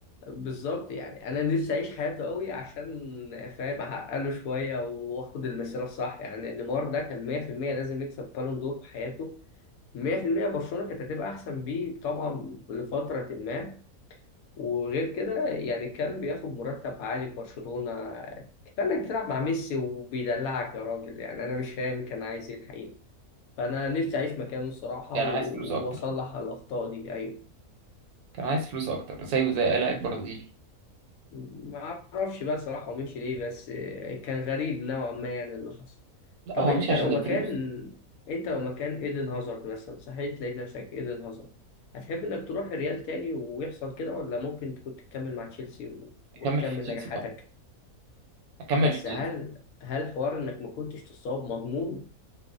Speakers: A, on the left; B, on the right.
A: بالظبط يعني انا نفسي اعيش حياته قوي عشان فاهم اعقله شويه واخد المسيره الصح يعني نيمار ده كان 100% لازم يكسب بالون دور في حياته 100% برشلونه كانت هتبقى احسن بيه طبعا لفتره ما وغير كده يعني كان بياخد مرتب عالي في برشلونه كفايه انك بتلعب مع ميسي وبيدلعك يا راجل يعني انا مش فاهم كان عايز ايه الحقيقه فأنا نفسي أعيش مكانه الصراحة
B: كان
A: و-
B: عايز فلوس اكتر
A: وأصلح الأخطاء دي أيوه
B: كان عايز فلوس اكتر زيه زي اي لاعب برازيلي
A: ما أعرفش بقى صراحة هو مشي ليه بس آه، كان غريب نوعا ما يعني اللي حصل
B: لا
A: طب
B: هو
A: أنت
B: مش عشان
A: لو مكان
B: الفلوس
A: أنت لو مكان إيدن هازارد مثلا صحيح تلاقي نفسك إيدن هازارد هتحب إنك تروح الريال تاني ويحصل كده ولا ممكن تكون تكمل مع تشيلسي و- وتكمل
B: اكمل في تشيلسي
A: نجاحاتك
B: طبعا اكمل
A: بس
B: في تشيلسي
A: هل هل حوار إنك ما كنتش تصاب مضمون